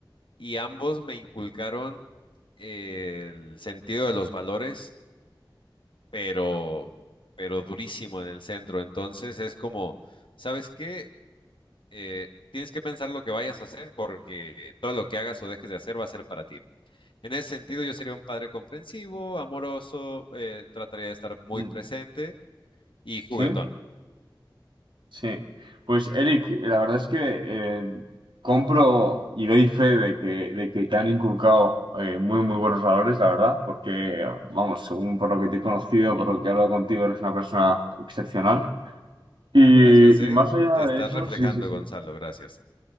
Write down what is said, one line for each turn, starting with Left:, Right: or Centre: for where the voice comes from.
Left: y ambos me inculcaron eh, el sentido de los valores, pero, pero durísimo en el centro. Entonces es como, ¿sabes qué? Eh, tienes que pensar lo que vayas a hacer porque todo lo que hagas o dejes de hacer va a ser para ti. En ese sentido, yo sería un padre comprensivo, amoroso, eh, trataría de estar muy
Right: Mm.
Left: presente y juguetón.
Right: ¿Sí? Sí, pues Eric, la verdad es que eh, compro y doy fe de que, de que te han inculcado eh, muy, muy buenos valores, la verdad, porque, vamos, según por lo que te he conocido, por lo que he hablado contigo, eres una persona excepcional. Y,
Left: Ah, gracias, ¿eh?
Right: y más allá
Left: Te estás
Right: de eso,
Left: reflejando,
Right: sí, sí, sí.
Left: Gonzalo, gracias.